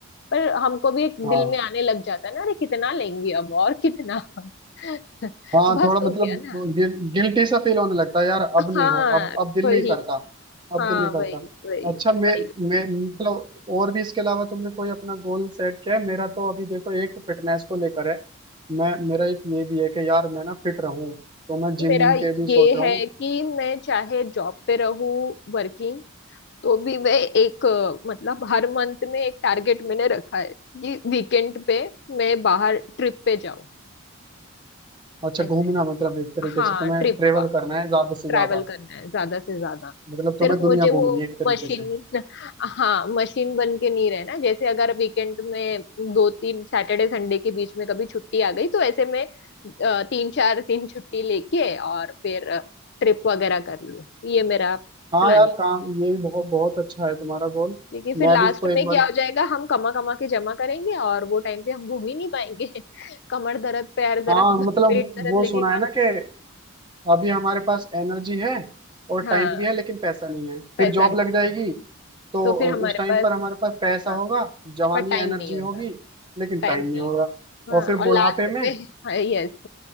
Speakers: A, on the left; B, on the right.
A: पर हमको भी एक
B: हाँ
A: दिल में आने लग जाता है ना अरे कितना लेंगे अब और कितना <laughs>
B: हाँ
A: बस
B: थोड़ा मतलब
A: हो गया ना
B: गिल, गिल्टी सा फील होने लगता है यार अब नहीं
A: हाँ
B: हो अब अब दिल
A: वही
B: नहीं करता अब
A: हाँ
B: दिल नहीं करता
A: वही वही
B: अच्छा मैं
A: वही
B: मैं मतलब और भी इसके अलावा तुमने कोई अपना गोल सेट किया है मेरा तो अभी देखो एक फिटनेस को लेकर है मैं मेरा एक ये भी है कि यार मैं ना फिट रहूं तो मैं जिम
A: मेरा
B: विम के भी सोच
A: ये
B: रहा
A: है
B: हूँ
A: कि मैं चाहे जॉब पे रहूँ वर्किंग तो भी मैं एक अ, मतलब हर मंथ में एक टारगेट मैंने रखा है कि वीकेंड पे मैं बाहर ट्रिप पे जाऊँ
B: अच्छा
A: ऐसे
B: घूमना मतलब एक तरीके
A: हाँ
B: से तुम्हें
A: ट्रिप
B: ट्रेवल
A: का
B: करना है ज्यादा से
A: ट्रैवल
B: ज्यादा
A: करना है ज्यादा से ज्यादा
B: मतलब तुम्हें
A: सिर्फ
B: दुनिया
A: मुझे
B: घूमनी
A: वो
B: है एक तरीके
A: मशीन
B: से
A: हाँ मशीन बन के नहीं रहना जैसे अगर वीकेंड में दो तीन सैटरडे संडे के बीच में कभी छुट्टी आ गई तो ऐसे में अ, तीन चार दिन छुट्टी लेके और फिर ट्रिप वगैरह कर लूं ये मेरा
B: हाँ
A: प्लानिंग
B: यार काम ये भी बहुत बहुत अच्छा है तुम्हारा गोल
A: क्योंकि फिर
B: मैं
A: लास्ट
B: भी इसको एक
A: में
B: बार
A: क्या हो जाएगा हम कमा कमा के जमा करेंगे और वो टाइम पे हम घूम ही नहीं पाएंगे <laughs> कमर दर्द पैर दर्द
B: हाँ मतलब
A: पेट दर्द
B: वो
A: लेके
B: सुना
A: कहाँ
B: है ना
A: घूम-
B: कि अभी हमारे पास एनर्जी है और
A: हाँ
B: टाइम भी है लेकिन पैसा नहीं है
A: पैसा
B: फिर जॉब
A: नहीं
B: लग जाएगी
A: है।
B: तो
A: तो फिर हमारे
B: अ, उस टाइम
A: पास
B: पर हमारे पास पैसा
A: हाँ।
B: होगा जवानी
A: पर टाइम
B: एनर्जी
A: नहीं होगा
B: होगी लेकिन
A: टाइम
B: टाइम
A: नहीं
B: नहीं होगा
A: होगा
B: और
A: हाँ
B: फिर
A: और
B: बुढ़ापे
A: लास्ट
B: में
A: में <laughs> यस